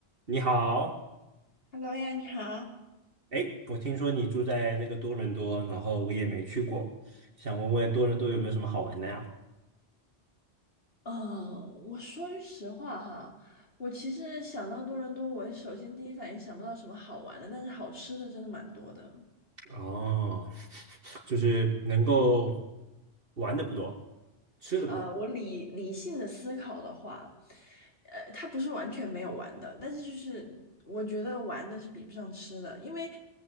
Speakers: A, on the right (about 55°); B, on the left (about 60°).
A: 你好，
B: Hello 呀，你好。
A: 哎，我听说你住在这个多伦多，然后我也没去过，想问问多伦多有没有什么好玩的呀？
B: 呃，我说句实话哈，我其实想到多伦多，我首先第一反应想不到什么好玩的，但是好吃的真的蛮多的。
A: 哦，<laughs> 就是能够玩的不多，吃的不多。
B: 呃，我理理性的思考的话，呃，它不是完全没有玩的，但是就是我觉得玩的是比不上吃的，因为